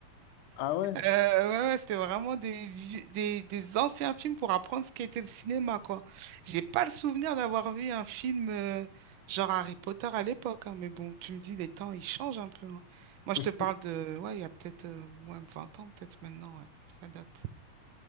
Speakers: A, on the left; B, on the right.
A: Ah ouais?
B: Euh, ouais, ouais, c'était vraiment des, vieux- des, des anciens films pour apprendre ce qu'était le cinéma, quoi. J'ai pas le souvenir d'avoir vu un film euh, genre Harry Potter à l'époque, hein, mais bon, tu me dis, les temps, ils changent un peu. hein. Moi, je
A: <laughs>
B: te parle de, ouais, il y a peut-être euh, ouais, 20 ans, peut-être maintenant, ouais, ça date.